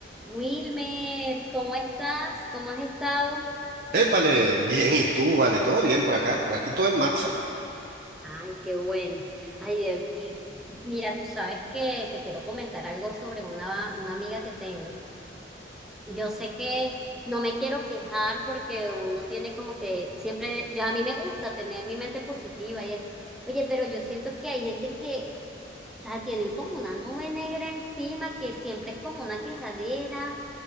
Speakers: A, in the centre; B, on the right (about 50°).
A: Wilmer, ¿cómo estás? ¿Cómo has estado?
B: Épale, bien, ¿y tú? Vale, todo bien por acá, por aquí todo en marcha.
A: Ay, qué bueno. Ay, aquí, mira, tú sabes que te quiero comentar algo sobre una, una amiga que tengo. Yo sé que no me quiero quejar porque uno tiene como que siempre, ya a mí me gusta tener mi mente positiva y eso. Oye, pero yo siento que hay gente que, o sea, tienen como una nube negra encima que siempre es como una quejadera.